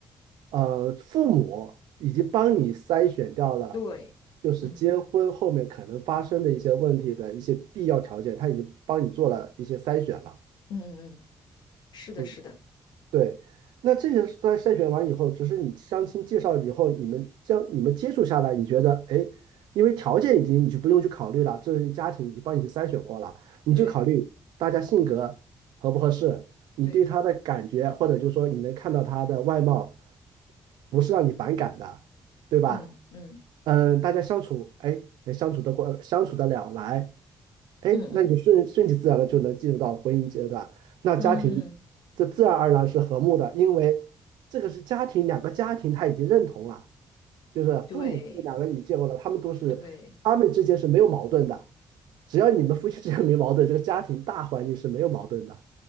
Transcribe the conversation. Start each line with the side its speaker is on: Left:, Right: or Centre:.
Right: 呃，父母已经帮你筛选掉了，
Left: 对，
Right: 就是结婚后面可能发生的一些问题的一些必要条件，
Left: 嗯
Right: 他已经帮你做了一些筛选了。
Left: 嗯嗯嗯，是的，
Right: 嗯
Left: 是的，
Right: 对，那这些筛筛选完以后，只是你相亲介绍以后，你们将你们接触下来，你觉得，哎，因为条件已经你就不用去考虑了，这是家庭已经帮你去筛选过了，你就考虑大家性格合不合适，
Left: 对
Right: 你对他的感觉，
Left: 对，
Right: 或者就是说你能看到他的外貌，不是让你反感的，对吧？
Left: 嗯嗯
Right: 嗯，大家相处，哎，相处得过，相处得了来，哎，
Left: 嗯嗯
Right: 那你就顺顺其自然的就能进入到婚姻阶段。那家庭
Left: 嗯，
Right: 这自然而然是和睦的，因为这个是家庭，两个家庭他已经认同了，就是父母两个已经结婚了，
Left: 对
Right: 他们都是他们之间是没有矛盾的，
Left: 对，
Right: 只要你们夫妻之间没矛盾，这个家庭大环境是没有矛盾的。